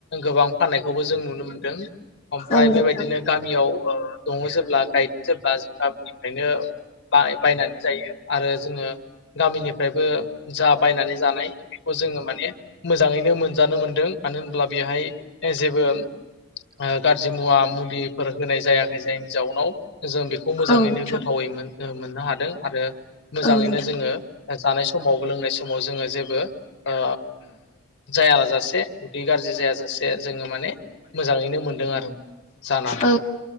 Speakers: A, on the left; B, on the left.
A: गोबां फाननायखौबो जों नुनो मोनदों। ओमफ्राय
B: औ नोंथां
A: बेबायदिनो गामियाव ओ दङ जेब्ला गाय जेब्ला गामिनिफ्रायनो बा-बायनानै जायो आरो जोङो गामिनिफ्रायबो जा बायनानै जानाय बेखौ जोङो माने मोजाङैनो मोनजानो मोनदों मानो होनब्ला बेहाय जेबो ओ गाज्रि मुवा मुलिफोर होनाय जायाखै जायनि जाउनाव जों बेखौ मोजाङैनो
B: औ नोंथां औ नोंथां
A: गोथावै मोन ओ मोन मोननो हादों आरो मोजाङैनो
B: औ नोंथां
A: जोङो जानाय समावबो लोंनाय समाव जोङो जेबो ओ जाया लाजासे माने उदै गाज्रि जायाजासे जोङो माने मोजाङैनो मोनदों आरो जानानै
B: औ